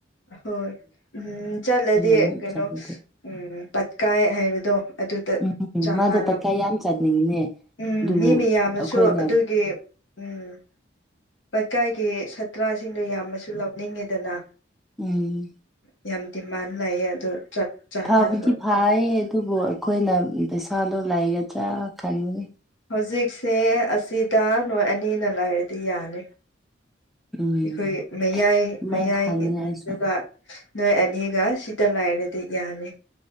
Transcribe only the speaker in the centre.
ꯑꯃꯨꯛ
ꯆꯠꯂꯨꯗꯦ
ꯎꯝ
ꯃꯥꯗꯣ ꯄꯩꯈꯥ ꯌꯥꯝ ꯆꯠꯅꯤꯡꯉꯦ
ꯑꯗꯨꯕꯨ
ꯑꯩꯈꯣꯏꯅ
ꯎꯝ
ꯐꯕꯨꯗꯤ ꯐꯥꯌꯦ ꯑꯗꯨꯕꯨ ꯑꯩꯈꯣꯏꯅ ꯄꯩꯁꯥꯗꯣ ꯂꯩꯔꯗ꯭ꯔꯥ ꯈꯟꯕꯅꯤ
ꯎꯝ
ꯑꯗꯨꯃꯥꯏꯅ
ꯈꯟꯕꯅꯦ ꯑꯩꯁꯨ